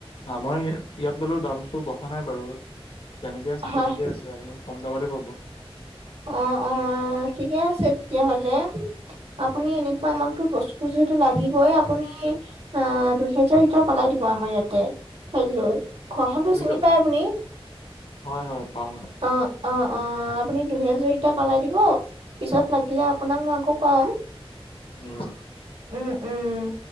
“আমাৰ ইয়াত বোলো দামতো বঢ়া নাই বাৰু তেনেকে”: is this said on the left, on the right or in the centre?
Left